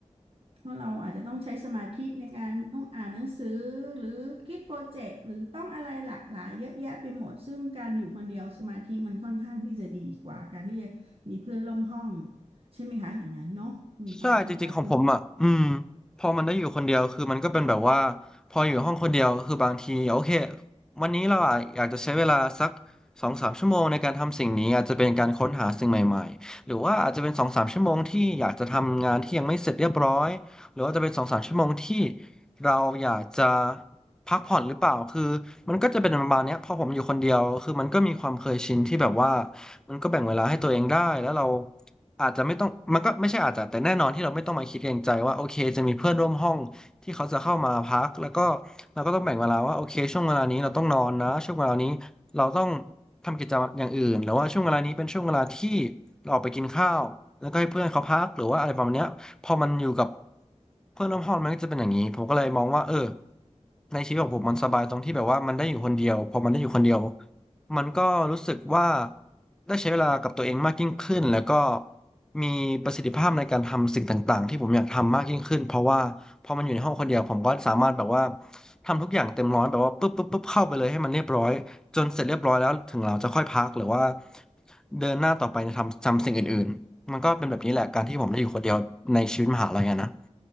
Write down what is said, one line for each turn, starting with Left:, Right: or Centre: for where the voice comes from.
Right: เพราะเราอาจจะต้องใช้สมาธิในการต้องอ่านหนังสือหรือคิดโปรเจกต์หรือต้องอะไรหลากหลายเยอะแยะไปหมดซึ่งการอยู่คนเดียวสมาธิมันค่อนข้างที่จะดีกว่าการที่จะมีเพื่อนร่วมห้องใช่ไหมคะอย่างนั้นเนาะในความคิดแล้วปิ๊ง
Centre: ใช่จริงๆของผมอ่ะอืมพอมันได้อยู่คนเดียวคือมันก็เป็นแบบว่าพออยู่ห้องคนเดียวคือบางทีโอเควันนี้เราอะอยากจะใช้เวลาสักสองสามชั่วโมงในการทำสิ่งนี้อาจจะเป็นการค้นหาสิ่งใหม่ๆหรือว่าอาจจะเป็นสองสามชั่วโมงที่อยากจะทำงานที่ยังไม่เสร็จเรียบร้อยหรือว่าจะเป็นสองสามชั่วโมงที่เราอยากจะพักผ่อนหรือเปล่าคือมันก็จะเป็นประมาณเนี้ยพอผมอยู่คนเดียวคือมันก็มีความเคยชินที่แบบว่า มันก็แบ่งเวลาให้ตัวเองได้ แล้วเราอาจจะไม่ต้องมันก็ไม่ใช่อาจจะแต่แน่นอนที่เราไม่ต้องมาคิดเกรงใจว่าโอเคจะมีเพื่อนร่วมห้องที่เขาจะเข้ามาพักแล้วก็เราก็ต้องแบ่งเวลาว่าโอเคช่วงเวลานี้เราต้องนอนนะ ช่วงเวลานี้เราต้องทำกิจกรรมอย่างอื่นหรือว่าช่วงเวลานี้เป็นช่วงเวลาที่เราออกไปกินข้าวแล้วก็ให้เพื่อนเขาพักหรือว่าอะไรประมาณเนี้ยพอมันอยู่กับเพื่อนร่วมห้องมันก็จะเป็นอย่างนี้ผมก็เลยมองว่าเออในชีวิตของผมมันสบายตรงที่แบบว่ามันได้อยู่คนเดียวพอมันได้อยู่คนเดียวมันก็รู้สึกว่า ได้ใช้เวลากับตัวเองมากยิ่งขึ้นแล้วก็มีประสิทธิภาพในการทำสิ่งต่างๆที่ผมอยากทำมากยิ่งขึ้นเพราะว่าพอมันอยู่ในห้องคนเดียวผมก็สามารถแบบว่าทำทุกอย่างเต็มร้อยแบบว่าปุ๊บปุ๊บปุ๊บเข้าไปเลยให้มันเรียบร้อยจนเสร็จเรียบร้อยแล้วถึงเราจะค่อยพักหรือว่าเดินหน้าต่อไปในทำทำสิ่งอื่นๆมันก็เป็นแบบนี้แหละการที่ผมได้อยู่คนเดียวในชีวิตมหาลัยอะนะ